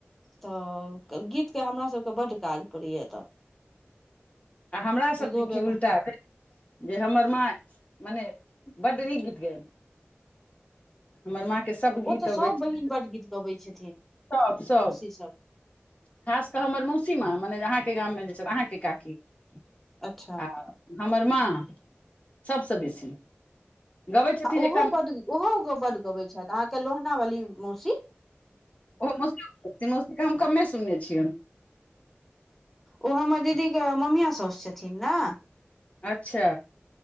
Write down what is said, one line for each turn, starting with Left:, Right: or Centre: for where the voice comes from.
Centre: तऽ गीतके हमरा सबके बड्ड काज पड़ैए तऽ
Left: आ हमरा सबके
Centre: विधो
Left: की
Centre: व्यवहार
Left: उल्टा भेल जे हमर माँ मने बड नीक गीत ग हमर माँ के सब गीत
Centre: ओ तऽ
Left: अबैछै
Centre: सभ बहिन बड्ड गीत गबै छथिन
Left: सब सब
Centre: मौसीसभ
Left: खास कऽ हमर मौसीमा मने आहाॅं <unintelligible>
Centre: अच्छा
Left: माँ सबसे बेसी गबै छथिन
Centre: आ ओहो
Left: एकटा
Centre: बड्ड ओहो बड्ड गबैत छथि अहाँके लोहनावाली मौसी।
Left: ओस मस्ता हम कम्मे सुनने छियन।
Centre: ओ हमर दीदीके ममिया सउस छथिन ने।
Left: अच्छा